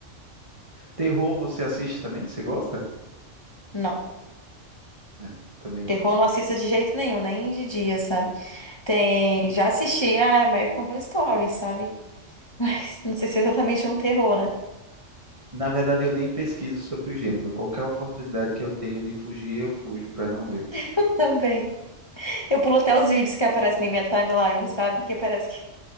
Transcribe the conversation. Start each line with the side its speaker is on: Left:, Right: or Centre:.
Right: Terror, você assiste também? Você gosta?
Left: Não.
Right: É, também não.
Left: Terror não assista de jeito nenhum, nem de dia, sabe? Tem, já assisti a American Horror Story, sabe? <laughs> Mas não sei se é exatamente um terror, né?
Right: Na verdade, eu nem pesquiso sobre o gênero. Qualquer oportunidade que eu tenho de fugir, eu fujo para não ver.
Left: <laughs> Também. Eu pulo até os vídeos que aparecem na minha timeline, sabe? Que parece que,